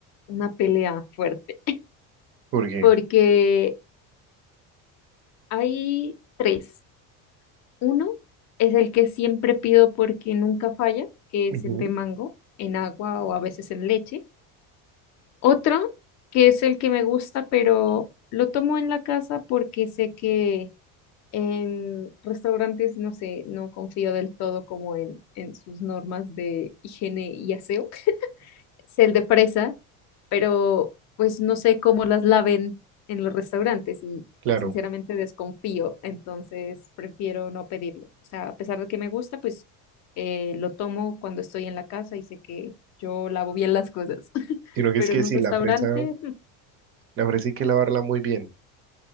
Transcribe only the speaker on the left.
una pelea fuerte,
porque hay tres. Uno es el que siempre pido porque nunca falla, que es
el de mango, en agua o a veces en leche. Otro, que es el que me gusta, pero lo tomo en la casa porque sé que en restaurantes, no sé, no confío del todo como en, en sus normas de higiene y aseo. es el de fresa, pero pues no sé cómo las laven en los restaurantes y
sinceramente desconfío, entonces prefiero no pedirlo. O sea, a pesar de que me gusta, pues eh, lo tomo cuando estoy en la casa y sé que yo lavo bien las cosas, <laughs>
pero
en
un restaurante,
<laughs> mm,